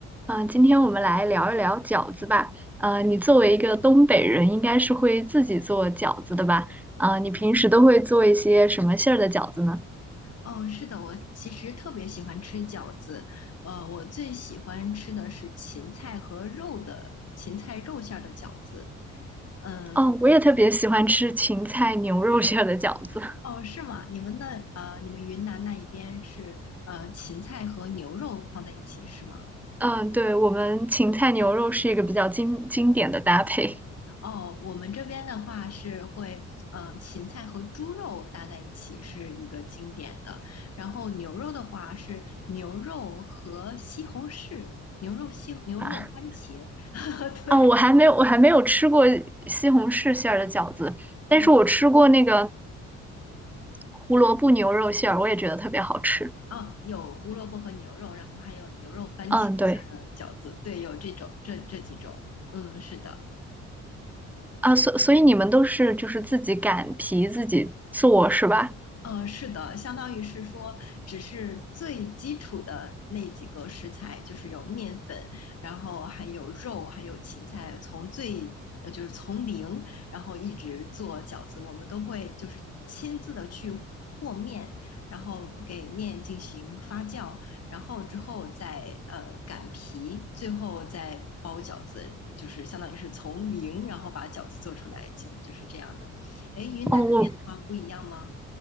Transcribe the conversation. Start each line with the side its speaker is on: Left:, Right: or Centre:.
Centre: 嗯，呃今天我们来聊一聊饺子吧。呃，你作为一个东北人，应该是会自己做饺子的吧？啊，你平时都会做一些什么馅儿的饺子呢？
Left: 哦，是的，我其实特别喜欢吃饺子，呃，我最喜欢吃的是芹菜和肉的芹菜肉馅儿的饺子。嗯，
Centre: 哦，我也特别喜欢吃芹菜牛肉馅儿的饺子。<laughs>
Left: 哦，是吗？你们那呃，你们云南那一边是呃芹菜和牛肉放在一起是吗？
Centre: 嗯，对，我们芹菜牛肉是一个比较经经典的搭配。
Left: 哦，我们这边的话是会呃芹菜和猪肉搭在一起是一个经典的，然后牛肉的话是牛肉和西红柿，牛肉西牛肉番茄，
Centre: <laughs>
Left: <laughs> 对。
Centre: 哦，我还没有，我还没有吃过西红柿馅儿的饺子，
Left: 嗯。
Centre: 但是我吃过那个胡萝卜牛肉馅儿，我也觉得特别好吃。
Left: 哦，有胡萝卜和牛肉，然后还有牛肉番茄下的饺子，
Centre: 嗯，对。
Left: 对，有这种这这几种，嗯，是的。
Centre: 啊，所所以你们都是就是自己擀皮自己做是吧？
Left: 呃，是的，相当于是说，只是最基础的那几个食材，就是有面粉，然后还有肉，还有芹菜，从最呃就是从零，然后一直做饺子，我们都会就是亲自的去和面，然后给面进行发酵，然后之后再呃擀皮，最后再包饺子，就是相当于是从零，然后把饺子做出来，基本就是这样的。哎，云南那边的话不一样吗？
Centre: 哦，我